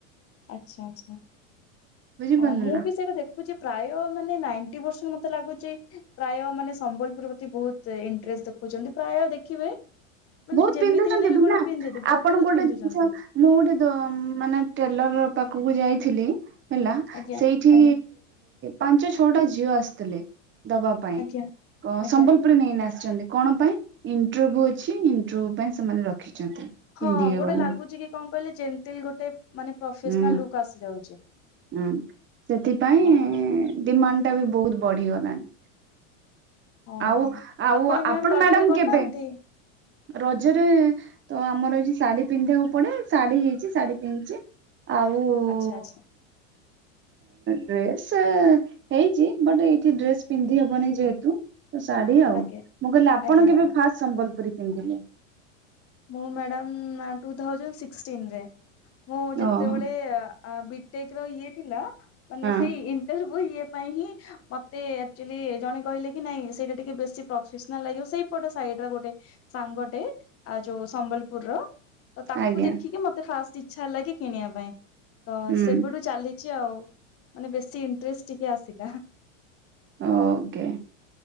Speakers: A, on the left (about 35°); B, on the right (about 30°).
A: ଆଚ୍ଛା, ଆଚ୍ଛା।
B: ବୁଝିପାରିଲେ
A: ହଁ ମୁଁ
B: ନା
A: ବି ସେଇଟା ଦେଖୁଛି ପ୍ରାୟ ମାନେ ନାଇଣ୍ଟି ପରସେଣ୍ଟ ମୋତେ ଲାଗୁଚି ପ୍ରାୟ ମାନେ ସମ୍ବଲପୁର ପ୍ରତି ବହୁତ ଇଣ୍ଟରେଷ୍ଟ ଦେଖଉଛନ୍ତି, ପ୍ରାୟ ଦେଖିବେ ମାନେ
B: ବହୁତ
A: ଯେମିତି
B: ପିନ୍ଧୁଚନ୍ତି
A: ହେଲେ ବି
B: ଭି
A: ଗୋଟେ
B: ନା,
A: ପିନ୍ଧିଦି ବହୁତ
B: ଆପଣ ଗୋଟେ
A: ପିନ୍ଧୁଛନ୍ତି
B: ଜିନିଷ ମୁଁ ଗୋଟେ ଦ-ମାନେ ଟେଲର୍ ପାଖକୁ ଯାଇଥିଲି। ହେଲା
A: ଆଜ୍ଞା
B: ସେଇଠି
A: ଆଜ୍ଞା
B: ପାଞ୍ଚ ଛଅଟା ଝିଅ ଆସିଥିଲେ। ଦବା ପାଇଁ
A: ଆଜ୍ଞା
B: କଁ-ସମ୍ବଲପୁରରେ
A: ଆଜ୍ଞା
B: ନେଇନା ଆସିଛନ୍ତି, କଣ ପାଇଁ ଇଣ୍ଟରଭ୍ୟୁ ଅଛି। କି ଇଣ୍ଟରରଭ୍ୟୁ ପାଇଁ ସେମାନେ ରଖିଛନ୍ତି।
A: ହଁ
B: ପିନ୍ଧିବେ
A: ଗୋଟେ
B: ବୋଲି
A: ଲାଗୁଚି କି କଣ କହିଲେ ଜେଣ୍ଟିଲ୍ ଗୋଟେ ମାନେ ପ୍ରଫେସନାଲ
B: ହୁଁ
A: ଲୁକ୍ ଆସି ଯାଉଛି
B: ହୁଁ ସେଥିପାଇଁ
A: ହଁ
B: ଡିମାଣ୍ଡ ଟା ବି ବହୁତ ବଢିଗଲାଣି।
A: ହଁ
B: ଆଉ ଆଉ
A: ମ୍ୟାମ
B: ଆପଣ
A: ରଜରେ
B: ମ୍ୟାଡାମ
A: କରିନାହାନ୍ତି
B: କେବେ ରଜରେ ତ ଆମର ଏଇ ଶାଢୀ ପିନ୍ଧିବାକୁ ପଡେ ଶାଢୀ ହେଇଛି ଶାଢୀ ପିନ୍ଧିଛି। ଆଉ
A: ଆଚ୍ଛା ଆଚ୍ଛା
B: ଡ୍ରେସ୍ ହେଇଛି ବଟ ଏଇଠି ଡ୍ରେସ ପିନ୍ଧି ହବନି ଯେହେତୁ ତ ଶାଢୀ ଆଉ
A: ଆଜ୍ଞା
B: ମୁଁ କହିଲି ଆପଣ
A: ଆଜ୍ଞା
B: କେବେ
A: ମ୍ୟାଡାମ
B: ଫାଷ୍ଟ ସମ୍ବଲପୁରୀ ପିନ୍ଧିଲେ?
A: ମୁଁ ମ୍ୟାଡ଼ାମ ଟୁ ଥାଉଜାଣ୍ଡ ସିକ୍ଟିନରେ ମୁଁ ଯେତେବେଳେ
B: ଓହୋ
A: ଅ ବିଟେକର ଇଏ ଥିଲା ମାନେ
B: ହଁ
A: ସେଇ ଇଣ୍ଟରଭ୍ୟୁ ଇଏ ପାଇଁ ହିଁ। ମତେ ଅକ୍ଚୁଆଲି ଜଣେ କହିଲେ କି ନାଇଁ ସେଇଟା ଟିକେ ବେଶୀ ପ୍ରଫେସନାଲ ଲାଗିବ ସେଇପଟ ସାଇଡର ଗୋଟେ ସାଙ୍ଗଟେ। ଆଉ ଯୋଉ ସମ୍ବଲପୁରର ତ ତାକୁ
B: ଆଜ୍ଞା
A: ଦେଖିକି ମତେ ଫାଷ୍ଟ ଇଛା ହେଲା କି କିଣିବା ପାଇଁ? ହ
B: ହୁଁ
A: ସେବୁଠୁ ଚାଲିଛି ଆଉ ମାନେ ବେଶୀ ଇଣ୍ଟରେଷ୍ଟ ଟିକେ ଆସିଲା।
B: ଓକେ।